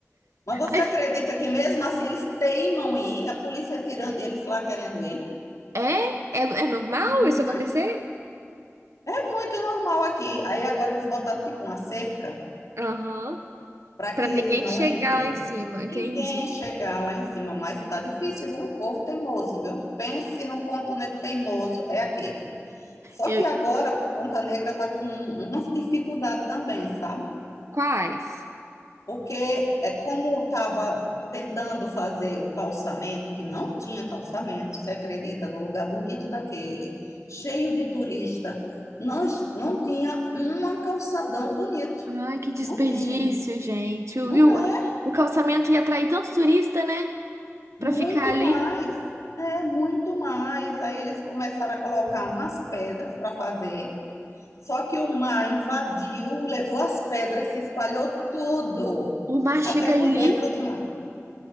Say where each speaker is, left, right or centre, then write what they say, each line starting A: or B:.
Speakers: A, on the left; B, on the right.
A: Mas você
B: Aí,
A: acredita que mesmo assim eles teimam em ir, a polícia tirando e eles lá querendo ir?
B: É? É, é normal
A: Uhum.
B: isso acontecer?
A: É muito normal aqui. Aí agora eles botaram tipo uma cerca
B: Aham.
A: para
B: Pra
A: que eles
B: ninguém
A: não
B: chegar
A: entrem.
B: lá em cima,
A: Ninguém
B: entende
A: chegar lá em cima, mas tá difícil, viu? O povo teimoso, viu? Pense num ponto ne- teimoso, é aquele. Só
B: Eu-
A: que agora Ponta Negra tá com um, umas dificuldades também, sabe?
B: Quais?
A: Porque é como estava tentando fazer o calçamento, que não tinha calçamento, você acredita, no lugar bonito daquele, cheio de turista, não, es- não tinha um calçadão bonito.
B: Ai, que desperdício,
A: Não tinha.
B: gente. O,
A: Não
B: e o
A: é
B: o calçamento ia atrair tanto turista, né?
A: muito
B: Pra ficar ali.
A: mais. É muito mais. Aí eles começaram a colocar umas pedras para fazer. Só que o mar invadiu, levou as pedras, se espalhou tudo,
B: O mar
A: até
B: chega
A: por
B: ali.
A: dentro do mar.